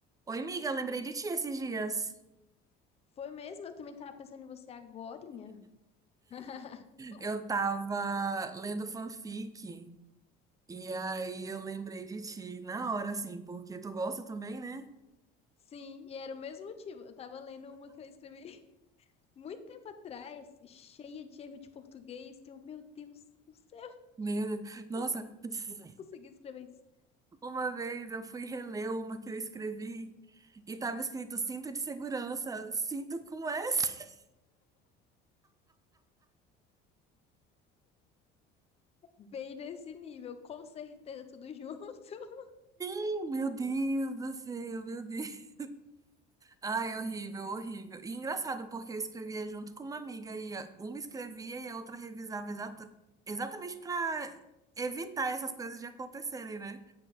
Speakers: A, on the right; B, on the left.
A: Oi, amiga, lembrei de ti esses dias.
B: Foi mesmo? Eu também tava pensando em você agorinha. <laughs>
A: Eu tava lendo fanfic e aí eu lembrei de ti na hora, assim, porque tu gosta também, né?
B: Sim, e era o mesmo motivo. Eu tava lendo uma que eu escrevi <laughs> muito tempo atrás, cheia de erro de português, que eu, meu Deus do céu, <laughs>
A: Meu Deus. Nossa,
B: como
A: <laughs>
B: eu consegui escrever isso?
A: uma vez eu fui reler uma que eu escrevi e tava escrito cinto de segurança, cinto com S.
B: Bem nesse nível, com certeza tudo junto. <laughs>
A: Oh, Meu Deus do céu, meu Deus. Ai, horrível, horrível. E engraçado, porque eu escrevia junto com uma amiga e a- uma escrevia e a outra revisava exata, exatamente para evitar essas coisas de acontecerem, né?